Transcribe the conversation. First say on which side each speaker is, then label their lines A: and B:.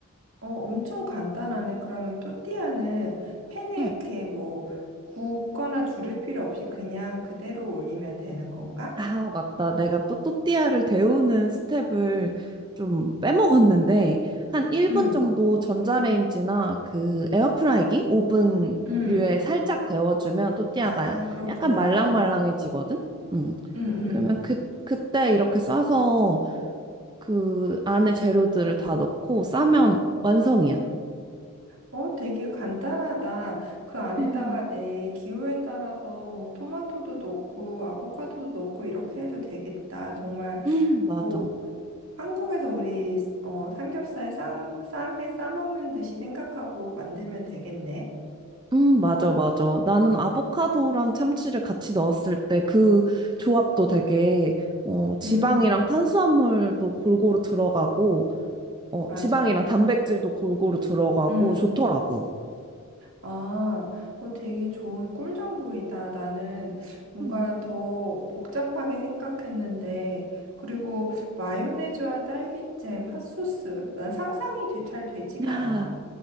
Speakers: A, on the right; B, on the right.
A: 어, 엄청 간단하네. 그러면 또띠아는 팬에
B: 응.
A: 이렇게 뭐 굽거나 두를 필요 없이 그냥 그대로 올리면 되는 건가?
B: 아, 맞다. 내가 또 또띠아를 데우는 스텝을 좀 빼먹었는데, 한 1분
A: 응,
B: 정도 전자레인지나 그 에어프라이기, 오븐류에
A: 응.
B: 살짝 데워주면 또띠아가
A: 아, 그렇구나.
B: 약간 말랑말랑해지거든? 음.
A: 응, 응.
B: 그러면 그, 그때 이렇게 싸서 그 안에 재료들을 다 넣고 싸면 완성이야.
A: 어, 되게 간단하다. 그 안에다가
B: 음,
A: 내 기호에 따라서 뭐 토마토도 넣고 아보카도도 넣고 이렇게 해도 되겠다. 정말
B: 음, 맞아.
A: 뭐 한국에서 우리 어, 삼겹살 쌈, 쌈에 싸먹는 듯이 생각하고 만들면 되겠네.
B: 음, 맞아, 맞아. 나는 아보카도랑 참치를 같이 넣었을 때 그 조합도 되게, 어, 지방이랑
A: 음,
B: 탄수화물도 골고루 들어가고, 어,
A: 맞아.
B: 지방이랑 단백질도 골고루 들어가고,
A: 음.
B: 좋더라고.
A: 아, 어, 되게 좋은 꿀 정보이다. 나는 뭔가
B: 음.
A: 더 복잡하게 생각했는데, 그리고 마요네즈와 딸기잼, 핫소스. 난 상상이 되- 잘 되지가
B: 야,
A: 않아.